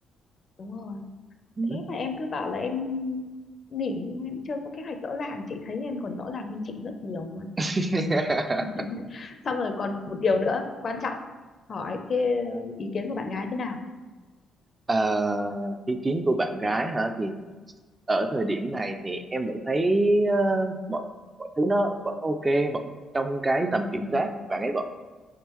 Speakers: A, on the left; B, on the right.
A: đúng rồi
B: Ừ.
A: thế mà em cứ bảo là em nghỉ nhưng em chưa có kế hoạch rõ ràng chị thấy em còn rõ ràng hơn chị rất nhiều luôn
B: <laughs>
A: <laughs> xong rồi còn một điều nữa quan trọng hỏi cái ý kiến của bạn gái thế nào
B: Ờ, ý kiến của bạn gái hả thì ở thời điểm này thì em vẫn thấy ờ, mọi mọi thứ nó vẫn ok vẫn trong cái tầm kiểm
A: ừ,
B: soát bạn ấy vẫn